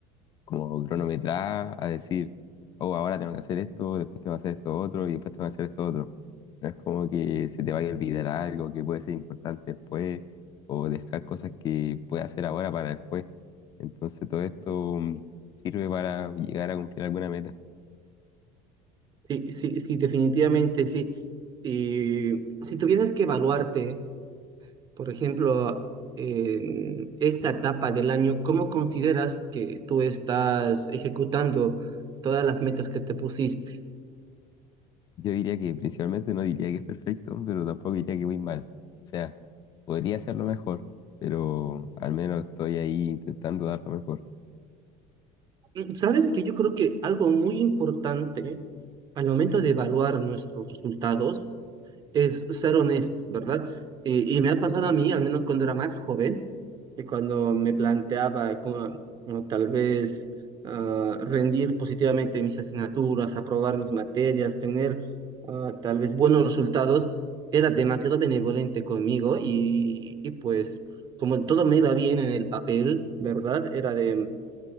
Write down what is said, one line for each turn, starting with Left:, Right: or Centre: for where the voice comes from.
Left: como cronometrada a decir, oh, ahora tengo que hacer esto, después tengo que hacer esto otro y después tengo que hacer esto otro. No es como que se te vaya a olvidar algo que puede ser importante después o dejar cosas que puedes hacer ahora para después. Entonces todo esto mm, sirve para llegar a cumplir alguna meta.
Right: Sí, sí, sí, definitivamente sí. Y si tuvieras que evaluarte, por ejemplo, en esta etapa del año, ¿cómo consideras que tú estás ejecutando todas las metas que te pusiste?
Left: Yo diría que principalmente no diría que es perfecto, pero tampoco diría que voy mal. O sea, Podría hacerlo mejor, pero al menos estoy ahí intentando dar lo mejor.
Right: Mm, Sabes que yo creo que algo muy importante al momento de evaluar nuestros resultados es ser honesto, ¿verdad? Eh, y me ha pasado a mí, al menos cuando era más joven que cuando me planteaba como, como tal vez ah, rendir positivamente mis asignaturas, aprobar mis materias, tener ah, tal vez buenos resultados, era demasiado benevolente conmigo y, y, pues como todo me iba bien en el papel, ¿verdad? Era de